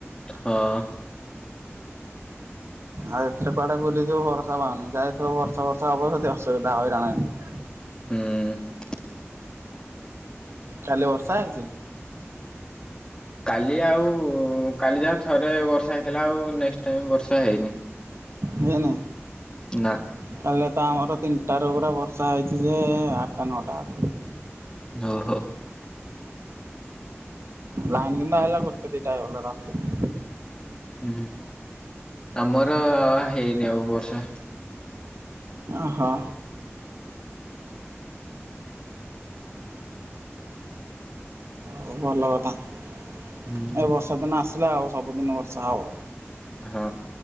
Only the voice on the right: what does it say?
ଆଉ ଏଥିରେ କୁଆଡେ ବୁଲିଯିବୁ ଭରଷା ପାଉନ, ଯାଇଥିବ ବର୍ଷା ଫର୍ଷା ହବ ଯଦି ଅସୁବିଧା ହଇରାଣ ହେଇିଯିବ।
କାଲି ବର୍ଷା ହେଇଚି।
ହେଇନି?
କାଲି ତ ଆମର ତିନିଟାରୁ ପୁରା ବର୍ଷା ହେଇଚି ଯେ ଆଟା ନଅଟା <unintelligible>
ଲାଇନ୍ କିନ୍ତୁ ଆଇଲା ଗୋଟେ ଦିଇଟା ହେଇଗଲା ରାତି।
ଓହୋ। ହଉ ଭଲ କଥା, ଏ
ବର୍ଷା ଦିନ ଆସିଲା ଆଉ ସବୁଦିନ ବର୍ଷା ହବ।